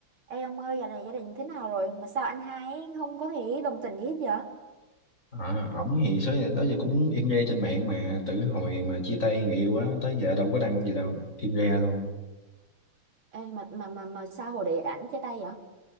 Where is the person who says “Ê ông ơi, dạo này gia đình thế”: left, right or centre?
Right